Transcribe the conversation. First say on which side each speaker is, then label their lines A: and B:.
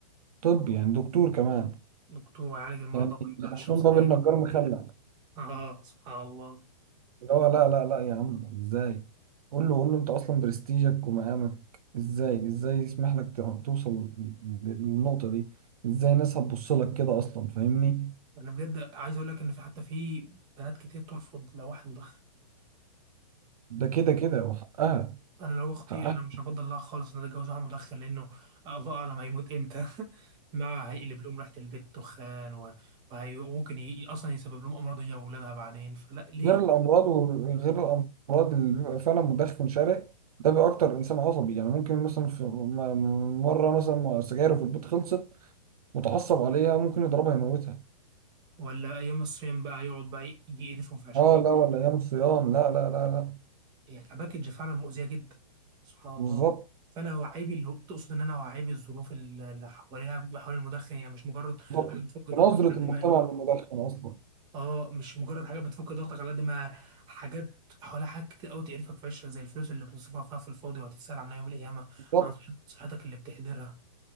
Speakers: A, on the right; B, on the right.
A: طب يعني دكتور كمان
B: دكتور ويعالج المرضى
A: يعني
B: ويبقى
A: حرفيا
B: بيشرب
A: باب
B: سجاير
A: النجار مخلع
B: اه سبحان الله
A: اللي هو لا لا لا يا عم ازاي قول له قول له انت اصلا برستيجك ومقامك ازاي ازاي يسمح لك ت- توصل للنقطة دي ازاي الناس هتبص لك كده اصلا فاهمني
B: انا بجد عايز اقول لك ان في حتى في بنات كتير ترفض لو واحد مدخن
A: ده كده كده وحقها
B: انا لو اختي
A: حقها
B: انا مش هفضل لها خالص ان اتجوز واحد مدخن لانه الله اعلم هيموت امتى <laughs> مع هيقلب لهم ريحه البيت دخان و- وهي- وممكن ي... اصلا يسبب لهم امراض هي واولادها بعدين فلا ليه
A: غير الامراض وغير الامراض اللي بيبقى فعلا مدخن شره ده بيبقى اكتر انسان عصبي يعني ممكن مثلا في م- مره مثلا سجايره في البيت خلصت متعصب عليها ممكن يضربها يموتها
B: ولا ايام الصيام بقى يقعد بقى ي- يقرفهم في عيشتهم
A: اه لا ولا ايام الصيام لا لا لا لا
B: هي كباكج فعلا مؤذيه جدا سبحان الله
A: بالظبط
B: فانا وعيبي اللي تقصد ان انا وعيبي الظروف اللي حواليها حوالين المدخن يعني مش مجرد
A: بالظبط
B: حاجه بتفك ضغطك
A: بنظرة
B: قد
A: المجتمع
B: ما
A: للمدخن أصلا
B: اه مش مجرد حاجات بتفك ضغطك على قد ما حاجات حواليها حاجات كتير قوي تقرفك في عيشك زي الفلوس اللي بتصرفها فيها في الفاضي وهتتسال عنها يوم القيامه
A: بالظبط
B: عن صحت- صحتك اللي بتهدرها